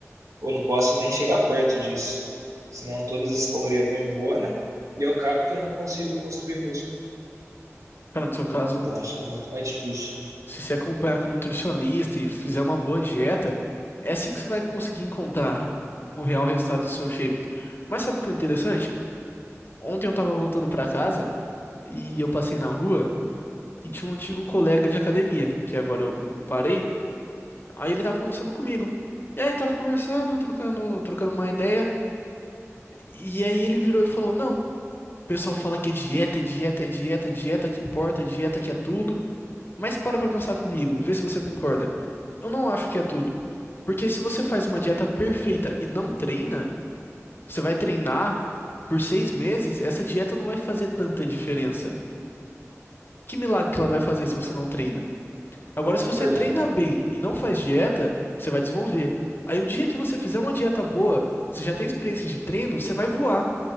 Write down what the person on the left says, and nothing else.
Cara, no seu caso,
Se você acompanhar com um nutricionista e fizer uma boa dieta, é assim que você vai conseguir encontrar o real resultado do seu shape. Mas sabe o que é interessante? Ontem eu tava voltando pra casa e eu passei na rua e tinha um antigo colega de academia, que agora eu parei, aí ele tava conversando comigo. E aí tava conversando, trocando, trocando uma ideia, e aí ele virou e falou: "Não, o pessoal fala que é dieta, é dieta, é dieta, é dieta que importa, é dieta que é tudo". Mas para pra pensar comigo, vê se você concorda. Eu não acho que é tudo. Porque se você faz uma dieta perfeita e não treina, você vai treinar por seis meses, essa dieta não vai fazer tanta diferença. Que milagre que ela vai fazer se você não treina? Agora, se
você
treina bem e não faz dieta, você vai desenvolver. Aí, o dia que você fizer uma dieta boa, você já tem experiência de treino, você vai voar.